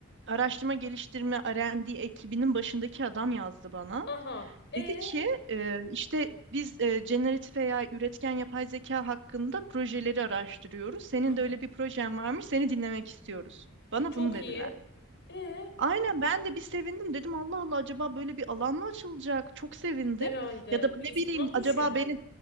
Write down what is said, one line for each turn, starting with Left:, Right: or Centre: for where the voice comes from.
Right: araştırma geliştirme R&D ekibinin başındaki adam yazdı bana.
Left: Aha. E.
Right: Dedi ki e, işte biz e, generatif veya üretken yapay zeka hakkında projeleri araştırıyoruz. Senin
Left: Aha.
Right: de öyle bir projen varmış, seni dinlemek istiyoruz. Bana
Left: Çok
Right: bunu dediler.
Left: iyi. E.
Right: Aynen ben de bir sevindim dedim Allah Allah acaba böyle bir alan mı açılacak? Çok sevindim.
Left: Herhalde
Right: Ya da ne
Left: insanlar
Right: bileyim
Left: düşünür.
Right: acaba beni